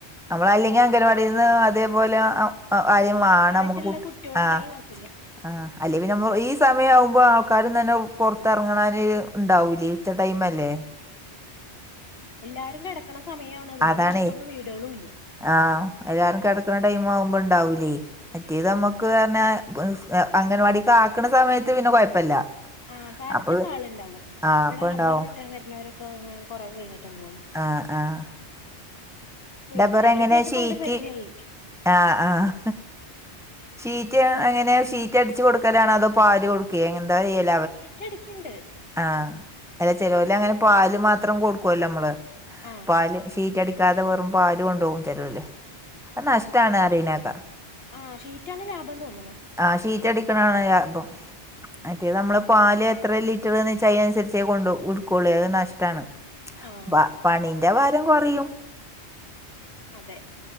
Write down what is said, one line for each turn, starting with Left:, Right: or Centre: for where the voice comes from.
Centre: ന്നമ്മള് അല്ലെങ്കി അംഗൻവാടീന്ന് അതേപോലെ അ ആരേം
Left: ആ
Centre: മാണം
Left: പ്രായത്തിലുള്ള
Centre: മക്ക് കുട്
Left: കുട്ടികളുണ്ടെങ്കിൽ
Centre: ആ
Left: കുഴപ്പമില്ല
Centre: ആ അല്ലേ പിന്നെ മ്മ ഈ സമയാ വുമ്പോ ആൾക്കാരും തന്നെ പൊർത്തെർങ്ങ്ന്നോര് ഇണ്ടാവൂലെ. ഉച്ച ടൈംമല്ലേ.
Left: ആഹ് എല്ലാരും കെടക്കണ സമയാണ് പിന്നെ
Centre: അതാണേ
Left: ഇവ്ടെ അട്ത്തൊന്നും വീടൊളൂല്ല.
Centre: ആഹ് എല്ലാരും കെടക്ണ ടൈം ആവുമ്പോ ഇണ്ടാവൂലേ മറ്റേത് അമ്മക്ക് അർഞ്ഞ പ്ഫ് അംഗനവാടിക്ക് ആക്ണ സമയത്ത് പിന്നെ കൊഴപ്പല്ല
Left: ആ കാലത്തൊക്കെ
Centre: അപ്പൊ
Left: ആള്ണ്ടാവും ഇമ്പ്ടെ
Centre: ആഹ് അപ്പണ്ടാവും
Left: റബ്ബർ വെട്ടാൻ വര്ന്നവരൊ കൊറേ കയ്ഞ്ഞിട്ടേ പോവൊള്ളൂ.
Centre: ആഹ് ആഹ്.
Left: പേടിക്കില്ല
Centre: ഡബർ
Left: അവരൊക്കെയായിട്ട്
Centre: എങ്ങനെ ഷീറ്റ്
Left: ഇപ്പ അങ്ങട് പര്ചയായി.
Centre: ആഹ് ആഹ്. ഷീറ്റ് എങ്ങനെ ഷീറ്റ് അട്ച്ച് കൊടുക്കലാണോ അതോ പാല് കൊട്ക്കേ എന്താ ചെയ്യൽ?
Left: ഷീറ്റ് അടിക്കിണ്ട്.
Centre: ആഹ് അല്ല ചെലോല് അങ്ങനെ പാല് മാത്രം കൊട്ക്കല്ലോ അമ്മള്
Left: ആഹ്
Centre: പാല് ഷീറ്റടി ക്കാതെ വെറും പാല് കൊണ്ടോവും ചെലോല് അത് നഷ്ട്ടാണ് അറിണേക്ക.
Left: ആഹ് ഷീറ്റാണ് ലാഭം തോന്ന്ണു.
Centre: ആ ഷീറ്റടിക്ക്ണാണ് ലാഭം മറ്റേത മ്മള് പാല് എത്ര ലി റ്ററ്ന്ന് വെച അയ്നൻസര്ച്ചേ കൊണ്ടോ ഉട്ക്കൊള്ളേ അഹ് നഷ്ട്ടാണ്
Left: ആഹ്
Centre: പ പണി എന്റെ വാരം കൊറിയും.
Left: അതെ.